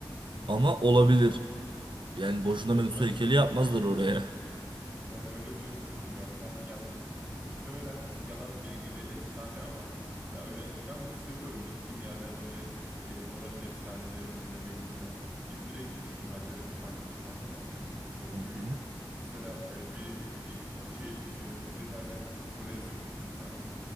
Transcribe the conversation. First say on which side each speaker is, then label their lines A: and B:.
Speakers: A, on the right; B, on the right.
A: Hı hı.
B: Ama olabilir. Yani boşuna Medusa
A: Ya Ben
B: heykeli yapmazlar oraya.
A: Ben öyle duymuştum ya. Sen ya y- y- muhtemelen yalan bilgi ve efsane ama ya öyle ben bir seviyorum gittiğim yerlere böyle e, oranın efsanelerini dinlemeyi mesela. İzmir'e gitmiştim ben de Efes Antik Kenti'ne. Çok
B: Hı
A: büyük.
B: hı.
A: Mesela e, bir e, hipo şeyin e, ne derler? Kolezyum mu? Aynen